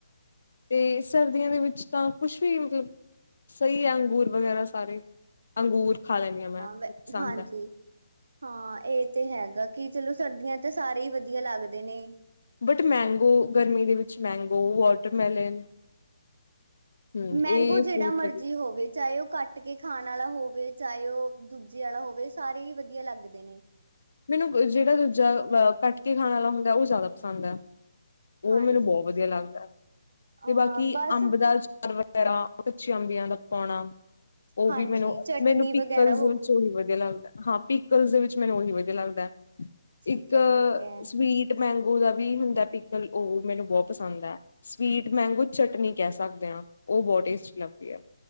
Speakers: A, on the left; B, on the right.
A: ਤੇ ਸਰਦੀਆਂ ਦੇ ਵਿੱਚ ਤਾਂ ਕੁਛ ਵੀ ਮਤਲਬ ਸਹੀ ਹੈ ਅੰਗੂਰ ਵਗੈਰਾ ਸਾਰੇ ਅੰਗੂਰ ਖਾ ਲੈਨੀ ਹਾਂ, ਮੈਂ
B: ਵ
A: ਪਸੰਦ
B: ਹਾਂਜੀ
A: ਹੈ।
B: ਹਾਂ, ਇਹ ਤੇ ਹੈਗਾ ਕਿ ਚਲੋ ਸਰਦੀਆਂ ਤਾਂ ਸਾਰੇ ਹੀ ਵਧੀਆ ਲੱਗਦੇ ਨੇ।
A: ਬਟ ਮੈਂਗੋ ਗਰਮੀ ਦੇ ਵਿੱਚ ਮੈਂਗੋ, ਵਾਟਰਮੈਲਨ ਹਮ
B: ਮੈਂਗੋ
A: ਇਹ ਫਰੂਟ
B: ਜਿਹੜਾ ਮਰਜ਼ੀ
A: ਵਧੀਆ
B: ਹੋਵੇ ਚਾਹੇ ਉਹ ਕੱਟ ਕੱਟ ਕੇ ਖਾਣ ਵਾਲਾ ਹੋਵੇ ਚਾਹੇ ਉਹ ਦੂਜੇ ਆਲਾ ਹੋਵੇ ਸਾਰੇ ਹੀ ਵਧੀਆ ਲੱਗਦੇ ਨੇ।
A: ਮੈਨੂੰ ਜਿਹੜਾ ਦੂਜਾ ਕੱਟ ਖਾਣ ਵਾਲਾ ਹੁੰਦਾ ਜ਼ਿਆਦਾ ਪਸੰਦ ਐ। ਉਹ
B: ਹਾਂਜੀ
A: ਮੈਨੂੰ ਬਹੁਤ ਵਧੀਆ ਲੱਗਦਾ
B: ਅ
A: ਤੇ ਬਾਕੀ
B: ਬਸ
A: ਅੰਬ ਦਾ ਅਚਾ ਅਚਾਰ ਵੈਗਰਾ ਕੱਚੀਆਂ ਅੰਬੀਆਂ ਦਾ ਪਾਉਣਾ ਉਹ
B: ਹਾਂਜੀ
A: ਵੀ ਮੈਨੂੰ
B: ਚਟਨੀ
A: -ਮੈਨੂੰ ਪਿੱਕਲਜ
B: ਵਗੈਰਾ ਹੋ
A: ਵਿੱਚ
B: ਗਈ
A: ਉਹੀ ਵਧੀਆ ਵਧੀਆ ਲੱਗਦਾ ਹਾਂ, ਪਿੱਕਲ ਦੇ ਵਿੱਚ ਮੈਨੂੰ ਉਹੀ ਵਧੀਆ ਲੱਗਦਾ ਹੈ,
B: ਠੀਕ
A: ਇੱਕ
B: ਹੈ ਠੀਕ ਹੈ
A: ਸਵੀਟ ਮੈਂਗੋ ਦਾ ਵੀ ਹੁੰਦਾ ਪਿੱਕਲ ਉਹ ਮੈਨੂੰ ਬਹੁਤ ਪਸੰਦ ਐਂ। ਸਵੀਟ ਮੈਂਗੋ ਚਟਨੀ ਕਹਿ ਸਕਦੇ ਆ ਉਹ ਬਹੁਤ ਟੇਸਟੀ ਲੱਗਦੀ ਐ।